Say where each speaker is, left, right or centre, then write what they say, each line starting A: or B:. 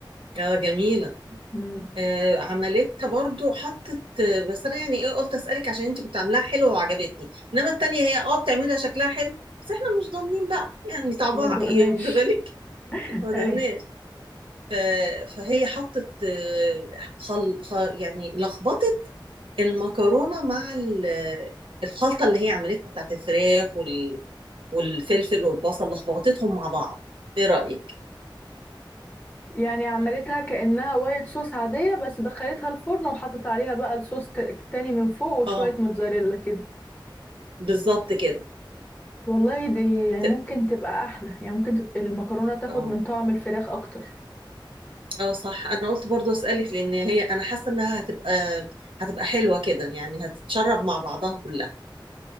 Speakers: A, on the right; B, on the left.
A: اه جميلة
B: مم،
A: آه، عملتها برضو حطت آه، بس انا يعني ايه قلت اسالك عشان انت كنت عاملاها حلوه وعجبتني انما التانية هي اه بتعملها شكلها حلو بس احنا مش ضامنين بقى يعني طعمها
B: ما دقناش
A: ايه واخده بالك <laughs> ما ضمناش
B: ايوه
A: ف- فهي حطت آه، خل... خ... يعني لخبطت المكرونه مع ال- الخلطه اللي هي عملتها بتاعت الفراخ وال... والفلفل والبصل لخبطتهم مع بعض ايه رايك
B: يعني عملتها كأنها وايت صوص عادية بس دخلتها الفرن وحطت عليها بقى الصوص ت- تاني من فوق وشوية
A: اه
B: موتزاريلا كده
A: بالظبط كده
B: والله دي يعني
A: ت-
B: ممكن تبقى أحلى يعني ممكن تت... المكرونة تاخد
A: اه
B: من طعم الفراخ أكتر
A: اه صح انا قلت برضو اسالك لان هي انا حاسه انها هتبقى هتبقى حلوه كده يعني هتتشرب مع بعضها كلها